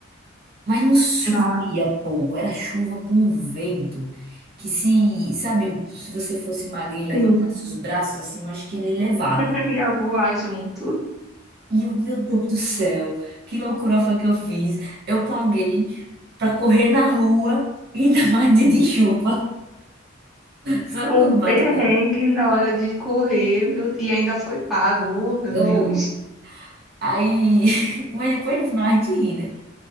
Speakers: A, on the right; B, in the centre.
A: Mas não chovia
B: Nossa,
A: pouco, era chuva com vento. Que se, sabe, se você fosse magrinho e levantasse
B: sim.
A: os braços assim, eu acho que ele levava.
B: <laughs> Ia voar junto.
A: E eu, meu Deus do céu, que loucura foi que eu fiz. Eu paguei pra correr na rua, <laughs> ainda mais dia de chuva. Sabe
B: Um
A: quando bateu?
B: perrengue
A: raiva?
B: na hora de correr, meu... e ainda foi pago. Oh, meu
A: Eu.
B: Deus.
A: Aí. <laughs> Mas depois no final a gente ri, né?